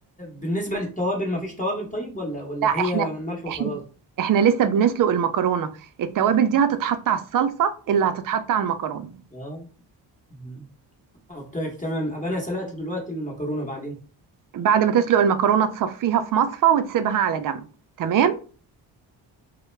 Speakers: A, on the left; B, on the right.
A: بالنسبه للتوابل ما فيش توابل طيب ولا ولا
B: لا احنا
A: هي ملح وخلاص
B: احنا احنا لسه بنسلق المكرونة التوابل دي هتتحط على الصلصة اللي هتتحط على المكرونة
A: اه مم. طب طيب تمام ابقى انا سلقت دلوقتي المكرونه بعدين
B: بعد ما تسلق المكرونه تصفيها في مصفى وتسيبها على جنب تمام